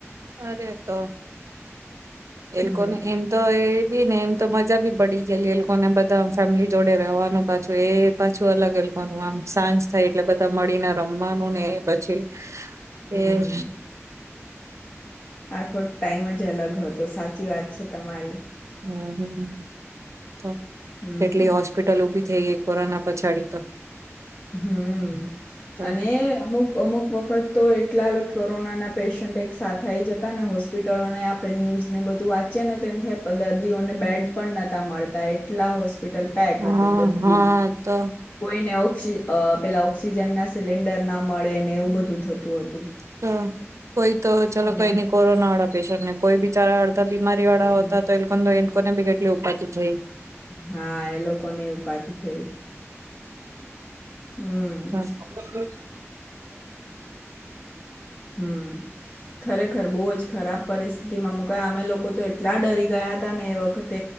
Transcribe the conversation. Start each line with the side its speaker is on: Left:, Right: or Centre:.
Right: હરે તો એ
Left: હમ
Right: લોકો કોને એમ તો એ બી ને એમ તો મજા બી પડી ગયેલી એ લોકોને બધા ફેમિલી જોડે રવાનું પાછું એ પાછું અલગ લોકોનું આમ સાંજ થાય એટલે બધા મળીને રમવાનું ને પછી એ
Left: હમ આખો ટાઈમ જ અલગ હતો સાચી વાત છે તમારી
Right: હમ હ
Left: હમ
Right: કેટલી હોસ્પિટલ ઉભી થઈ કોરોના પછાડી તો
Left: હમ
Right: તો
Left: અને અમુક અમુક વખત તો એટલા કોરોનાના પેશન્ટ એક સાથે આવીઈ જતા ને હોસ્પિટલોને આપણે ન્યૂઝ ને બધું વાંચીએ ને તો તેમ થાય દર્દીઓને બેડ પણ નહોતા મળતા એટલા હોશ સ્પિટલ પેક
Right: હા
Left: હતી બધી
Right: હા તો
Left: કોઈને પુક્ષી અ પેલા ઓક્સિજન ના સિલિન્ડર ના મળે ને એવું બધું થતું હતું
Right: તો કોઈ તો ચલો
Left: હમ
Right: કઈ નઈ કોરોના વાળા પેશરને કોઈ બિ ચારા હડતા, બીમારી વાળા
Left: હમ
Right: હોતા તો લોકોને બીગાટલી ઉપાથી થઈ.
Left: હા એ લોકોને ઉપાથી થઈ.
Right: હ
Left: હમ હમ ખરેખર બહુ જ ખરાબ પરિસ્થિતિ માં મુકાય અમે લોકો તો એટલા ડરી ગયા હતા ને એ વખત